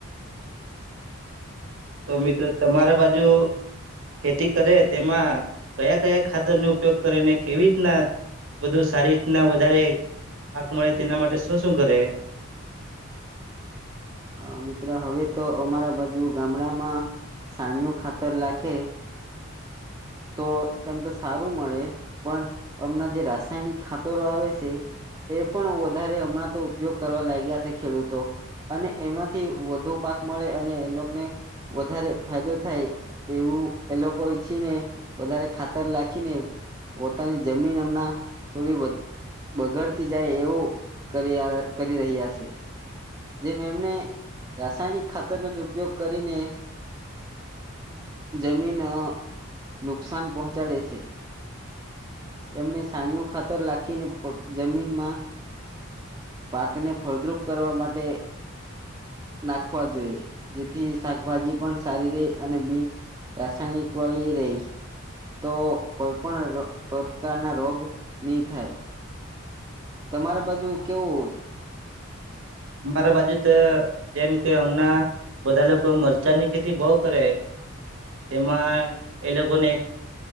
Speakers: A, on the right; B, on the right.
A: તો મિત્રો તમારે બાજુ ખેતી કરે તેમાં કયાં કયાં ખાતરનો ઉપયોગ કરેને કેવી રીતના બધું સારી રીતના વધારે પાક મળે તેના માટે શું શું કરે?
B: અ મિત્ર હવે તો અમારા બાજુ ગામડામાં સાણનુ ખાતર લાખે. તો તેમ તો સારું મળે પણ હમણાં જે રાસાયણિક ખાતરો આવે સે એ પણ વધારે હમણાં તો ઉપયોગ કરવા લાગ્યા છે ખેડૂતો અને એમાંથી વધુ પાક મળે અને એ લોકને વધારે ફાયદો થાય એવું એ લોકો ઈચ્છીને વધારે ખાતર લાખીને પોતાની જમીન એમના થોડી વધ-બગડતી જાય એવું કરીયા-કરી રહ્યા સે. જેમ એમને રાસાયણિક ખાતરનો જ ઉપયોગ કરીને જમીન અ નુકસાન પહોંચાડે છે. એમને સાણીઓ ખાતર લાખીને પો જમીનમાં પાકને ફળદ્રુપ કરવા માટે નાખવા જોઈએ. જેથી શાકભાજી પણ સારી રેય અને બિન-રાસાયણિક વાળી રેય. તો કોઈ પણ રો પ્રકારના રોગ ની થાય. તમારા બાજુ કેવું
A: મારા બાજુ તે જેમ કે, હમનાં બધા લોકો મરચાની ખેતી બહુ કરે. તેમાં એ લોકોને એક